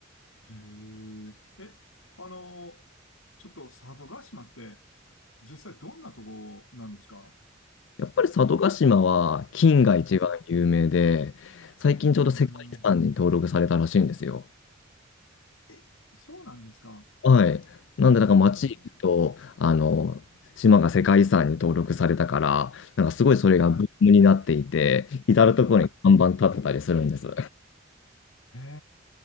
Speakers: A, on the left; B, on the left.
A: い。へえ。え、あのーちょっと佐渡島って、実際どんなとこなんですか
B: やっぱり佐渡島は金が一番有名で、
A: うん。
B: 最近ちょうど世界遺産に登録されたらしいんですよ。
A: うん。え、そうなんですか
B: はい。なんで、なんか街行くと、
A: うの
B: あの、島が世界遺産に登録されたから、なんかすごいそれがブームになっていて、
A: はい。
B: 至る所に看板立ってたりするんです。
A: はい。へ